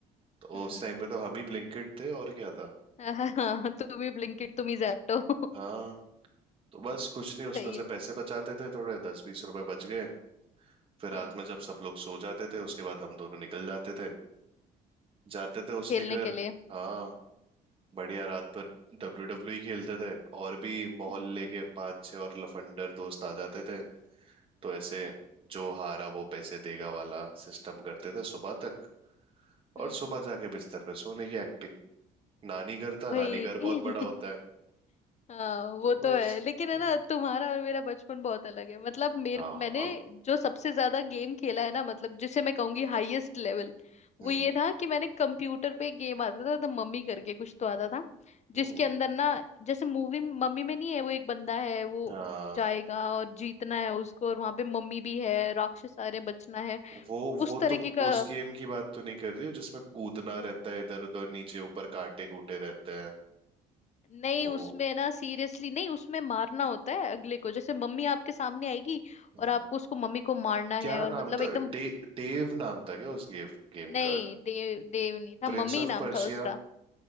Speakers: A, on the right; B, on the left.
A: तो
B: हम्म
A: उस टाइम पे तो हम ही ब्लिंकिट थे और क्या था
B: <laughs> हाँ हाँ, तुम ही ब्लिंकिट तुम ही जैप्टो <laughs>
A: हाँ तो बस कुछ नहीं उसमें
B: सही
A: से
B: है
A: पैसे बचाते थे थोड़े दस बीस रुपए बच गए फिर
B: हम्म
A: रात में जब सब लोग सो जाते थे उसके बाद हम दोनों निकल जाते थे जाते थे उसके
B: खेलने
A: घर
B: के लिए
A: हाँ बढ़िया रात भर डब्ल्यू डब्ल्यू ही खेलते थे और भी मोहल्ले
B: हम्म
A: के पांच छह और लफंडर दोस्त आ जाते थे तो ऐसे जो हारा वो पैसे देगा वाला सिस्टम करते थे सुबह तक
B: हम्म
A: और सुबह जाके बिस्तर पे सोने की एक्टिंग नानी घर था
B: भाई
A: नानी घर बहुत बड़ा
B: <laughs>
A: होता है
B: हाँ
A: तो
B: वो तो
A: बस
B: है लेकिन है
A: हाँ
B: ना तुम्हारा और मेरा बचपन बहुत अलग है मतलब मेरे
A: हाँ
B: मैंने
A: हाँ,
B: जो सबसे ज्यादा गेम खेला है ना मतलब जिसे मैं कहूंगी हाईएस्ट लेवल वो
A: हम्म
B: ये था कि मैंने कंप्यूटर पे गेम आता था तो मम्मी करके कुछ तो आता था
A: हम्म
B: जिसके अंदर ना जैसे मूवी मम्मी में नहीं है वो एक बंदा है वो
A: हाँ
B: जाएगा और जीतना है उसको और वहां पे मम्मी भी है राक्षस आ रहे हैं, बचना है
A: वो
B: उस
A: वो
B: तरीके
A: तुम
B: का
A: उस गेम की बात तो नहीं कर रही हो जिसमें कूदना रहता है इधर उधर नीचे ऊपर कांटे कूटे रहते हैं
B: नहीं
A: वो
B: उसमें ना सीरियसली नहीं उसमें मारना होता है अगले को जैसे मम्मी आपके सामने आएगी
A: हम्म।
B: और आपको उसको मम्मी को मारना
A: क्या
B: है और
A: नाम
B: मतलब
A: था
B: एकदम
A: डे, डेव नाम था क्या उस गेम गेम
B: नहीं
A: का
B: देव देव नहीं था
A: Prince
B: मम्मी
A: of
B: नाम
A: Persia
B: था उसका